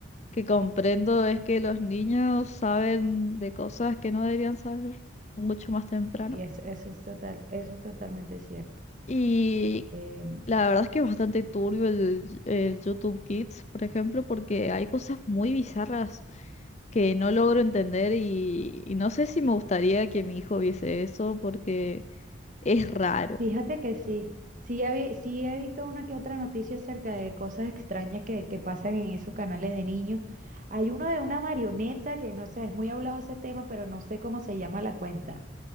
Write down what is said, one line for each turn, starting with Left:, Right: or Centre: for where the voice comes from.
Left: que comprendo es que los niños saben de cosas que no deberían saber mucho más temprano.
Right: Y es- eso es total, eso es totalmente cierto.
Left: Y
Right: Em,
Left: la verdad es que es bastante turbio el, el YouTube Kids, por ejemplo, porque hay cosas muy bizarras que no logro entender y, y no sé si me gustaría que mi hijo viese eso porque... Es raro.
Right: Fíjate que sí, sí he, vi- sí he visto una que otra noticia acerca de cosas extrañas que, que pasan en esos canales de niños. Hay uno de una marioneta que no sé, es muy hablado ese tema, pero no sé cómo se llama la cuenta.